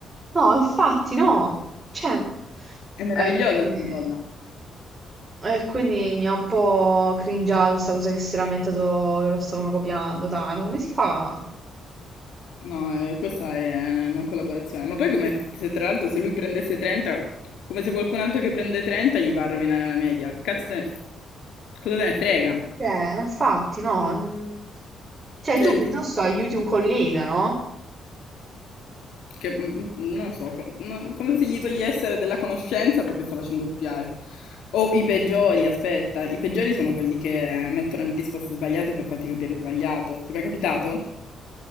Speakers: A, on the right; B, on the left.
A: No, infatti no. Cioè,
B: È meravigliosa
A: eh, quindi,
B: questa cosa.
A: eh, quindi mi ha un po' cringiato sta cosa che si è lamentato che lo stavano copiando. Dai, ma come si fa?
B: No, eh, questa è una non collaborazione. Ma poi come se tra l'altro se lui prendesse 30, come se qualcun altro che prende 30 gli va a rovinare la media. Cazzo te ne... Cosa te ne frega?
A: Cioè, infatti, no. mm. Cioè,
B: Cioè,
A: tu piuttosto
B: ti-
A: aiuti un collega, no?
B: che, mm, mm, non so, co- no- come se gli togliessero della conoscenza perché sta facendo copiare. O i peggiori, aspetta, i peggiori sono quelli che mettono le risposte sbagliate per farti copiare sbagliato. Ti è mai capitato?